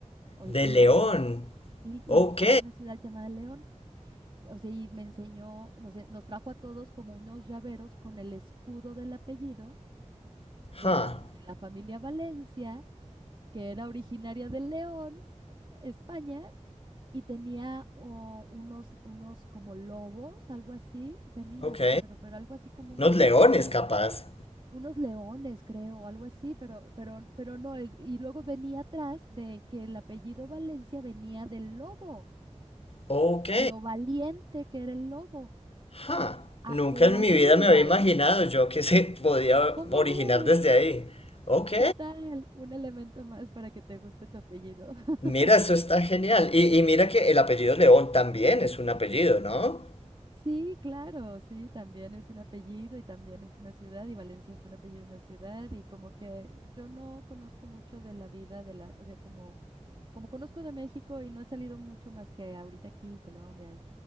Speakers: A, on the right; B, on the left.
A: o
B: De
A: León,
B: león.
A: ¿sí? Y
B: Ok.
A: hay una ciudad llamada León. O sea, y me enseñó, no sé, nos trajo a todos como unos llaveros con el escudo del apellido de
B: Ja.
A: la, de la familia Valencia, que era originaria de León, España, y tenía oh, unos, unos como lobos, algo así, ya ni
B: Ok.
A: me acuerdo, pero algo así como unos
B: Unos leones,
A: lobitos,
B: capaz.
A: unos leones, creo, algo así, pero, pero, pero no, el- y luego venía atrás de que el apellido Valencia venía del lobo.
B: Ok.
A: de lo valiente que era el lobo.
B: Ja.
A: Ah,
B: Nunca
A: por
B: en
A: allí
B: mi vida me
A: iba,
B: había imaginado
A: ¿eh?
B: yo que se podía
A: ¿Cómo
B: originar
A: ves?
B: desde ahí. Ok.
A: ¿Qué tal? Un elemento más para que te guste tu apellido. <laughs>
B: Mira, eso está genial. Y, y mira que el apellido León también es un apellido, ¿no?
A: Sí, claro, sí, también es un apellido y también es una ciudad y Valencia es un apellido y una ciudad y como que yo no conozco mucho de la vida de la, o sea, como, como conozco de México y no he salido mucho más que ahorita aquí, Colombia, y,